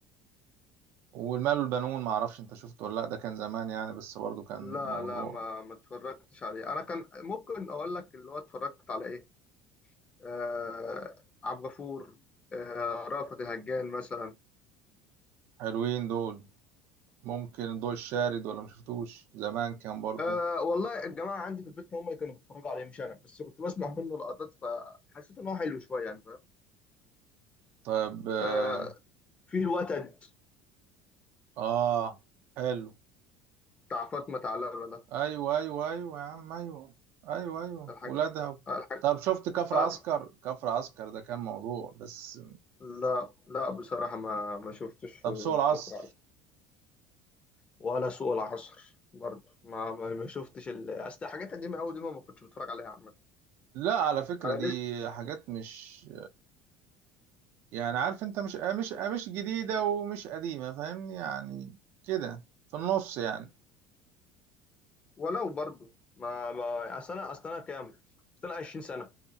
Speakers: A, on the right; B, on the left.
A: والمال والبنون معرفش انت شفته ولا لا ده كان زمان يعني بس برضه كان
B: لا
A: موضوع
B: لا ما ما اتفرجتش عليه انا كان ممكن اقول لك اللي هو اتفرجت على ايه آه عبد الغفور آه رأفت الهجان مثلا
A: حلوين دول ممكن الضوء الشارد ولا مشفتوش زمان كان برضو
B: آه والله الجماعه عندي في البيت هم اللي كانوا بيتفرجوا عليه مش انا بس كنت بسمع منه لقطات فحسيت ان هو حلو شويه يعني فاهم
A: طيب آه
B: آه في الوتد
A: آه، حلو
B: بتاع فاطمه علبه ده
A: أيوة أيوة أيوة يا عم أيوة أيوة أيوة
B: الحاجه
A: ولادها
B: الحاجه
A: طب شفت كفر
B: آه
A: عسكر كفر عسكر ده كان موضوع بس
B: لا لا بصراحه ما ما شفتش
A: طب
B: الكفر
A: سوق العصر
B: ولا سوق العصر برضه ما ما ما شفتش ال... اصل حاجات قديمه قوي دي ما ما كنتش بتفرج عليها عامه
A: لا على فكرة
B: انا
A: دي
B: لسه
A: حاجات مش يعني عارف انت مش مش مش جديدة ومش قديمة فاهمني يعني كده في النص يعني
B: ولو برضه ما ما اصل انا اصل انا كام اصل انا 20 سنه